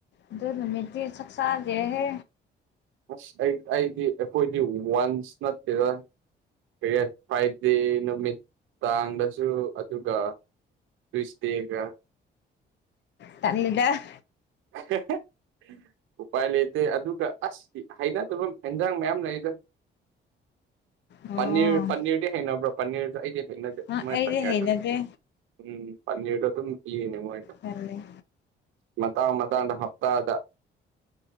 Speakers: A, on the left; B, on the right.
A: ꯑꯗꯨ ꯅꯨꯃꯤꯠꯇꯤ ꯆꯛꯆꯥꯗꯦꯍꯦ
B: ꯑꯁ ꯑꯩ ꯑꯩꯗꯤ ꯑꯩꯈꯣꯏꯗꯤ ꯋꯥꯟꯁ ꯅꯠꯇꯦꯗ <unintelligible> ꯐꯔ꯭ꯥꯏꯗꯦ ꯅꯨꯃꯤꯠ ꯇꯥꯡꯗꯁꯨ ꯑꯗꯨꯒ ꯇꯨꯏꯁꯗꯦꯒꯥ
A: ꯇꯜꯂꯤꯗꯥ
B: <inaudible> ꯎꯄꯥꯏ ꯂꯩꯇꯦ ꯑꯗꯨꯒ ꯑꯁ ꯍꯩꯅꯗꯕ ꯍꯦꯟꯖꯥꯡ ꯃꯌꯥꯝ ꯂꯩꯗꯥ <inaudible>
A: ꯑꯣ
B: ꯄꯅꯤꯔ ꯄꯅꯤꯔꯗꯤ ꯍꯩꯅꯕ꯭ꯔꯣ ꯄꯅꯤꯔꯗꯨ ꯑꯩꯗꯤ ꯍꯩꯅꯗꯦ
A: ꯑ
B: ꯃꯣꯏ
A: ꯑꯩꯗꯤ
B: ꯄꯅꯤꯔꯗꯨ
A: ꯍꯩꯅꯗꯦ
B: ꯎꯝ ꯄꯟꯅꯤꯔ ꯗꯣ ꯑꯗꯨꯝ ꯄꯤꯒꯅꯤ ꯃꯣꯏꯗꯣ
A: ꯇꯜꯂꯦ
B: ꯃꯇꯥꯡ ꯃꯇꯥꯡꯗ ꯍꯞꯇꯥꯗ